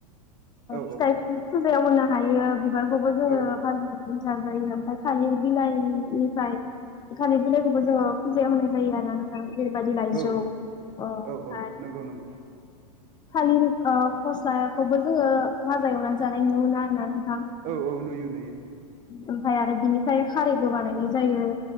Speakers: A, on the right; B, on the left.
A: औ
B: फिथाइ सायाव होनो हायो बिबारखौबो जोङो
A: औ
B: <unintelligible> जाजायो ओमफाय थालिर बिलाइनिफ्राय थालिर बिलाइखौबो जोङो फुजायाव होनाय जायो आरोना नोंथां जेरैबायदि लाायजौ
A: औ
B: ओ ओमफाय
A: औ औ नंगौ नंगौ
B: थालिर ओ फस्लाखौबो जोङो बाजा एवनानै जानाय नुनो मोनो आर ना नोंथां
A: औ औ नुयो नुयो
B: ओमफाय आरो बिनिफ्रायनो खारैबो बानायनाय जायो।